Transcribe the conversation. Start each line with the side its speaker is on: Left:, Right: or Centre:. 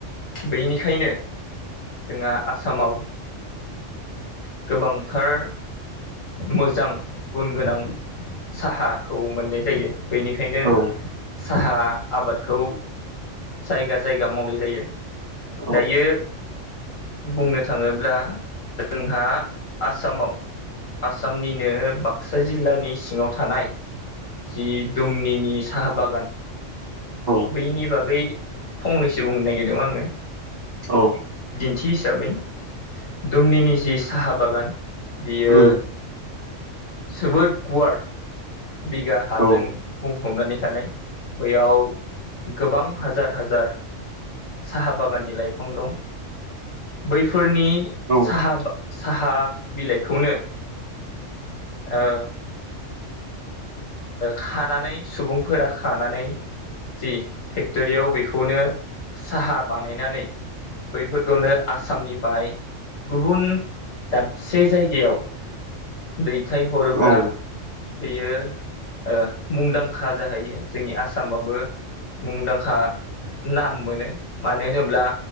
Left: बेनिखायनो जोंहा आसामाव गोबांथार मोजां गुन गोनां साहाखौ मोननाय जायो बेनिखायनो
Right: औ
Left: साहा आबादखौ जायगा जायगा मावनाय जायो
Right: औ
Left: दायो बुंनो थाङोब्ला जोंहा आसामाव आसामनिनो बाक्सा जिल्लानि सिङाव थानाय जि दुमनिनि साहा बागान
Right: औ
Left: बैनि बागै फंनैसो बुंनो नागिरदों आङो
Right: औ
Left: थि हिसाबै दुमनिनि जि साहा बागान बियो
Right: उम
Left: जोबोर गुवार बिगा हाजों
Right: औ
Left: बुं हमनानै थानाय बैयाव गोबां हाजार हाजार साहा बागाननि लाइफां दं बैफोरनि
Right: औ
Left: साहा साहा बिलाइखौनो ओ खानानै सुबुंफोरा खानानै जि फेक्ट'रियाव बेखौनो साहा बानायनानै बैफोरखौनो आसामनिफ्राय गुबुन दाबसे जायगायाव दै फिथाइ हरोब्ला
Right: औ
Left: बेयो ओ मुंदांखा जाहैयो जोंनि आसामाबो मुंदांखा नाम मोनो मानो होनोब्ला